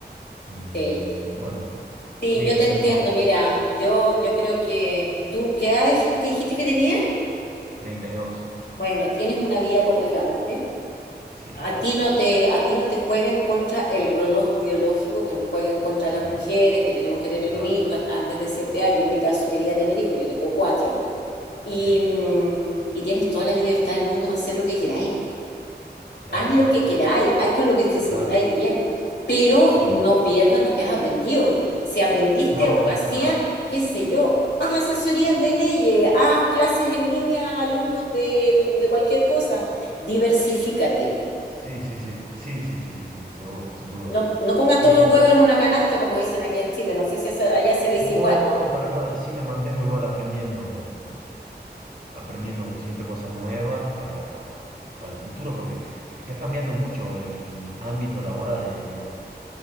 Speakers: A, on the right (about 50°); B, on the left (about 70°).
A: Y
B: Sí.
A: bueno, f-
B: Sí,
A: fui
B: yo
A: eligiendo
B: te entiendo. Mira,
A: sí,
B: yo, yo creo que tú, ¿qué edad dij- te dijiste que tenías?
A: 32.
B: Bueno, tienes una vía por delante.
A: Sí,
B: A
A: claro.
B: ti no te, a ti no te juega en contra el reloj biológico que nos juega en contra a
A: Sí.
B: las mujeres, que tenemos que tener
A: Claro,
B: un hijo hasta antes de cierta edad. Yo en mi caso quería tener hijos, yo tengo cuatro. Y,
A: sí,
B: mm, y tienes toda la libertad del mundo para hacer lo que queráis.
A: claro,
B: haz lo
A: claro,
B: que queráis, haz con lo que te sintáis
A: claro,
B: bien, pero
A: sí.
B: no pierdas lo que has aprendido. Si aprendiste
A: No,
B: abogacía,
A: no, para nada.
B: qué sé yo, haz asesorías de leyes, haz clases en línea a alumnos de, de cualquier cosa, diversifícate.
A: Sí, sí, sí, sí, sí, sí, sí, sí, seguro, sin duda.
B: No, no pongas
A: Sí,
B: todos los huevos en una canasta, como dicen aquí en Chile, no sé si allá allá se dice
A: no,
B: igual.
A: no, para nada. Sí me mantengo igual aprendiendo, aprendiendo siempre cosas nuevas para, para el futuro, porque está cambiando mucho el ámbito laboral. eh, los,